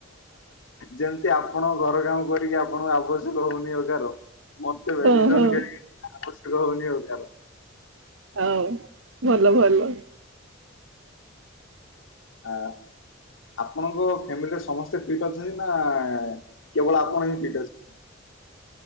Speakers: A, on the left (about 75°); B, on the right (about 75°).
A: ଯେମିତି ଆପଣ ଘର କାମ କରିକି ଆପଣଙ୍କୁ ଆବଶ୍ୟକ ହଉନି ଏଗାର ମତେ ବ୍ୟାଟମିଟନ
B: ହଁ ହଁ
A: ଖେଳି ଆବଶ୍ୟକ ର ହଉନି ରୋଜଗାର।
B: ହଉ ଭଲ ଭଲ। ହୁଁ।
A: ଆ ଆପଣଙ୍କ ଫ୍ୟାମିଲିରେ ସମସ୍ତ। ଫିଟ୍ ଅଛନ୍ତି ନା କେବଳ ଆପଣ ହିଁ ଫିଟ୍ ଅଛନ